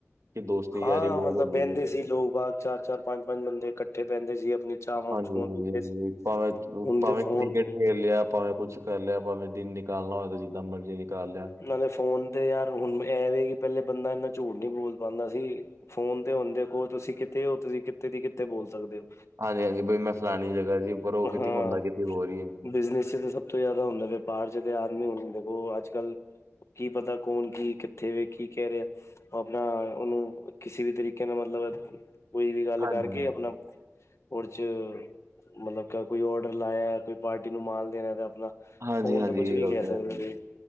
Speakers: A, on the right; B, on the left.
A: ਕਿ ਦੋਸਤੀ
B: ਹਾਂ
A: ਯਾਰੀ ਬਹੁਤ
B: ਮਤਲਬ
A: ਹੁੰਦੀ
B: ਬਹਿੰਦੇ
A: ਉਦੋਂ।
B: ਸੀ ਲੋਕ ਬਾਹਰ ਚਾਰ-ਚਾਰ ਪੰਜ-ਪੰਜ ਬੰਦੇ ਇਕੱਠੇ ਬਹਿੰਦੇ ਸੀ ਆਪਣੀ। ਚਾਹਵਾਂ
A: ਹਾਂਜੀ-ਹਾਂਜੀ-ਹਾਂਜੀ
B: ਚੂਹਾਂ ਪੀਂਦੇ ਸੀ
A: ਭਾਵੇਂ ਥਰੁ
B: ਹੁਣ
A: ਭਾਵੇਂ
B: ਤੇ ਫੋਨ
A: ਕ੍ਰਿਕਟ। ਖੇਲ ਲਿਆ ਭਾਵੇਂ ਕੁਛ ਕਰ ਲਿਆ ਭਾਵੇਂ ਦਿਨ ਨਿਕਾਲਣਾ ਹੋਵੇ ਤਾਂ ਜਿੱਦਾਂ ਮਰਜ਼ੀ ਨਿਕਾਲ ਲਿਆ।
B: ਨਾਲੇ ਫੋਨ ਤੇ ਯਾਰ ਹੁਣ ਐਵੇ ਕਿ ਪਹਿਲੇ ਬੰਦਾ ਇੰਨਾ ਝੂਠ ਨਹੀਂ ਬੋਲ ਪਾਉਂਦਾ ਸੀ। ਫੋਨ ਤੇ ਹੁੰਦੇ ਦੇਖੋ ਤੁਸੀਂ ਕਿਤੇ ਹੋ ਤੁਸੀਂ ਕਿੱਤੇ ਦੀ ਕਿੱਥਤੇ ਬੋਲ ਸਕਦੇ ਹੋ।
A: ਹਾਂਜੀ-ਹਾਂਜੀ ਬਈ ਮੈਂ ਫਲਾਨਣੀ ਜਗ੍ਹਾ ਜੀ ਪਰ ਉਹ ਕਿਤੇ
B: ਹਾਂ,
A: ਹੁੰਦਾ ਕਿਤੇ ਹੋਰ ਹੀ ਹੈ।
B: ਬਿਜ਼ਨਸ ਚ ਤਾਂ ਸਭ। ਸਭ ਤੋਂ ਜ਼ਿਆਦਾ ਹੁੰਦਾ ਵਪਾਰ ਚ ਤੇ ਆਦਮੀ ਹੁੰ ਦੇਖੋ ਅੱਜ ਕੱਲ੍ਹ। ਕੀ ਪਤਾ ਕੌਣ ਕੀ ਕਿੱਥੇ ਵੇ ਕੀ ਕਹਿ ਰਿਹਾ। ਉਹ ਆਪਣਾ ਉਹਨੂੰ ਕਿਸੇ ਵੀ ਤਰੀਕੇ ਨਾਲ ਮਤਲਬ ਕੋਈ ਵੀ ਗੱਲ
A: ਹਾਂਜੀ
B: ਕਰਕੇ
A: ਹਾਂਜੀ
B: ਆਪਣਾ। ਉਹ ਚ ਮਤਲਬ ਕੋਈ ਆਰਡਰ ਲਾਇਆ ਕੋਈ ਪਾਰਟੀ ਨੂੰ ਮਾਲ ਦੇਣਾ ਤੇ ਆਪਣਾ।
A: ਹਾਂਜੀ
B: ਫੋਨ
A: ਹਾਂਜੀ
B: ਤੇ ਕੁਛ ਵੀ
A: ਇਹ ਗੱਲ
B: ਕਹਿ
A: ਤੇ
B: ਸਕਦੇ
A: ਹੈ ਭਾਜੀ
B: ਸੀ।